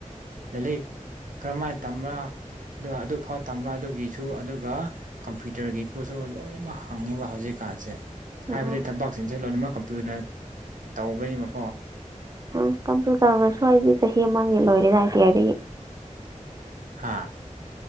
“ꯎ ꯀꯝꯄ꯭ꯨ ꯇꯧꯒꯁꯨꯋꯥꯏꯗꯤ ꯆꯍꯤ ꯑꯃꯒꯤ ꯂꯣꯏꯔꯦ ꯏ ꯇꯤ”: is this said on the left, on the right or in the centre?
Right